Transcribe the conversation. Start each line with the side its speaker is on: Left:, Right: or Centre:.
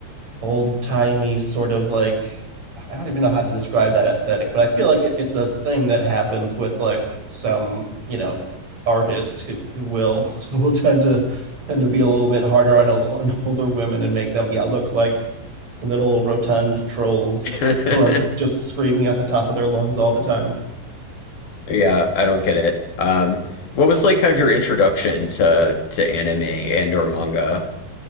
Right: old timey sort of like I don't even know how to describe that aesthetic, but I feel like it, it's a thing that happens with like some, you know, artist who, who will <laughs> who will tend to tend to be a little bit harder on, on older women and make them yeah look like little rotund trolls
Left: <laughs>
Right: <laughs> who are just screaming at the top of their lungs all the time.
Left: Yeah, I don't get it. Um, what was like kind of your introduction to to anime and or manga?